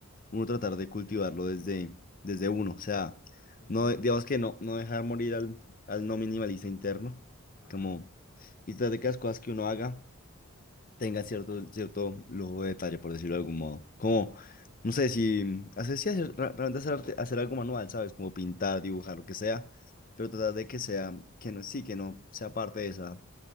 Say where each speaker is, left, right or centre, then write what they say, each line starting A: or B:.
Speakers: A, on the left; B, on the left.
A: uno tratar de cultivarlo desde, desde uno. O sea,
B: Ujú,
A: no, de- digamos que no, no dejar morir al, al no minimalista interno,
B: Ajá.
A: como, y tratar de que las cosas que uno haga tengan cierto, cierto lujo de detalle, por decirlo de algún modo. Como,
B: Ujú.
A: no sé, si hacer, sí, hacer, ra- realmente hacer, arte- hacer algo manual, ¿sabes? Como pintar, dibujar, lo que sea, pero tratar de que sea, que no, sí, que no sea parte de esa,